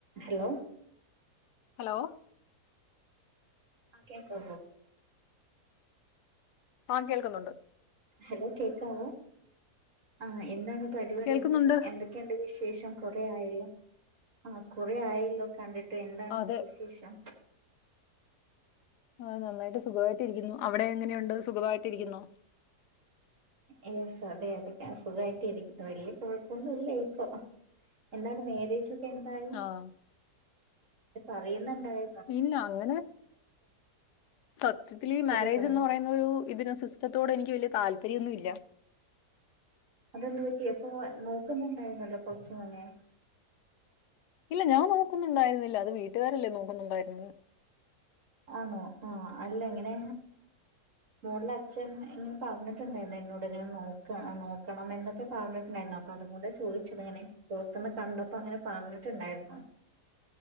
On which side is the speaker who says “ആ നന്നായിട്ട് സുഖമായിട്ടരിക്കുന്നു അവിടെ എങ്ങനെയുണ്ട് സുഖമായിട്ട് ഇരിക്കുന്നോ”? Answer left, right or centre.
Left